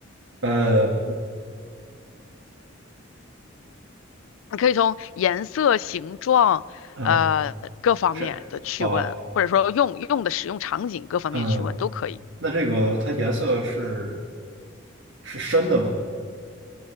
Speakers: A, on the right; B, on the left.
A: 呃，不，
B: 你可以从颜色、形状呃各方面的去问，
A: 嗯，这好，
B: 或者说用用的使用场景各方面去问都可以。
A: 嗯，那这个它颜色是是深的吗？